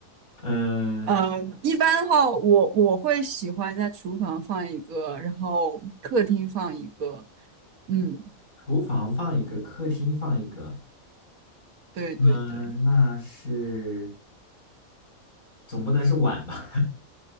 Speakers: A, on the left; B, on the right.
A: 嗯、
B: 呃，一般的话，我我会喜欢在厨房放一个，然后客厅放一个。嗯，
A: 厨房放一个，客厅放一个，
B: 对对对，
A: 嗯、那是总不能是碗吧？